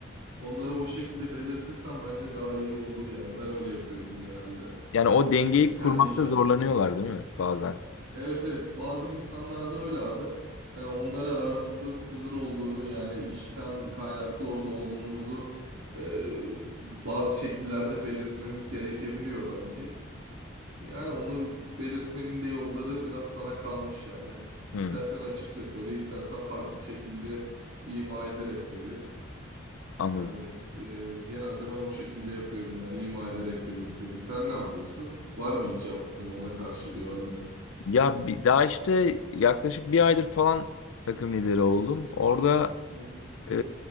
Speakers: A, on the right (about 80°); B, on the left (about 80°).
A: Onlara o şekilde belirtirsen bence daha iyi olur yani. Ben öyle yapıyorum genelde.
B: Yani o dengeyi
A: Yani kendi
B: kurmakta
A: iş hayatımda.
B: zorlanıyorlar değil mi bazen?
A: Evet evet bazı insanlarda öyle abi. Hani onlara aramızda sınır olduğunu yani işten kaynaklı orada olduğumuzu e, bazı şekillerde belirtmemiz gerekebiliyor bence. Yani onu belirtmenin de yolları biraz sana kalmış yani. İstersen
B: Hmm,
A: açıkça söyle, istersen farklı şekilde ima ederek belirt.
B: anladım.
A: Yani e, genelde ben o şekilde yapıyorum yani ima ederek belirtiyorum. Sen ne yapıyorsun? Var mı hiç yaptığın ona karşı bir önlem?
B: Ya bi- daha işte yaklaşık bir aydır falan takım lideri oldum. Orada
A: Hı hı.
B: e,